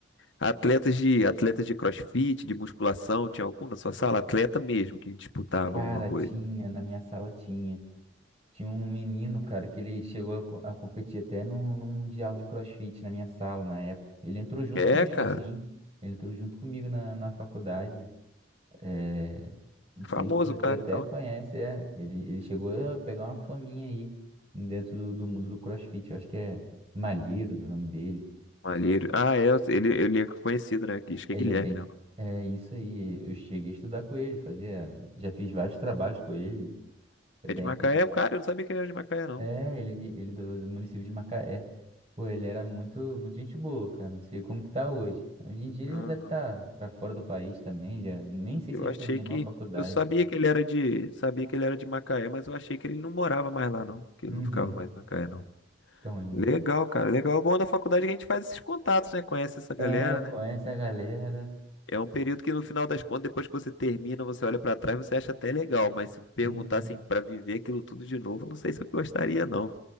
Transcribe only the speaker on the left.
Atletas de, atletas de CrossFit, de musculação, tinha algum na sua sala? Atleta mesmo que disputava
alguma coisa.
É,
cara.
Famoso,
cara,
então.
Malheiro. Ah, é, ele, ele é conhecido, né? Acho que
é Guilherme,
né?
É de Macaé,
o cara, eu não sabia que ele era de Macaé, não.
Aham.
Eu
achei
que.
Eu sabia que ele era de. Sabia que ele era de Macaé, mas eu achei que ele não morava mais lá, não. Que
ele não ficava mais em Macaé, não.
Legal, cara. Legal. O bom da faculdade é que a gente faz esses contatos, né? Conhece essa galera,
né?
É um período que, no final das contas, depois que você termina, você olha pra trás, você acha até legal, mas se perguntar
assim, pra viver aquilo tudo de novo, não sei se eu gostaria, não.